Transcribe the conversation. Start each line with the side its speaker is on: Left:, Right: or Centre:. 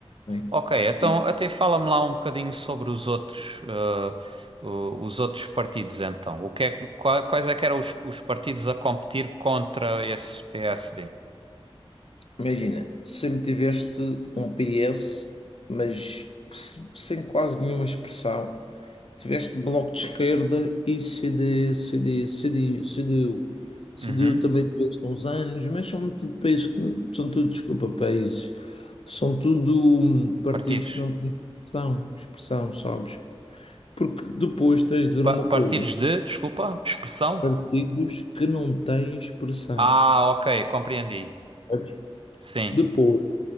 Left: Sim.
Right: Ok, então
Left: E,
Right: até fala-me lá um bocadinho sobre os outros, eh, o- os outros partidos então. O que é- qua- quais é que eram os, os partidos a competir contra esse PSD?
Left: Imagina, sempre tiveste um PS, mas se- sem quase nenhuma expressão. Tiveste bloco de esquerda e CD, CD, CD, CDU. CDU
Right: Uhum.
Left: também tiveste uns anos, mas são tudo países que não, são tudo, desculpa, países. São tudo hum, partidos
Right: Partidos.
Left: que não têm expressão, expressão, sabes? Porque depois tens de ver
Right: Pa-
Left: uma
Right: partidos
Left: coisa,
Right: de, desculpa, expressão?
Left: partidos que não têm expressão,
Right: Ah, ok, compreendi.
Left: sabes?
Right: Sim,
Left: Depois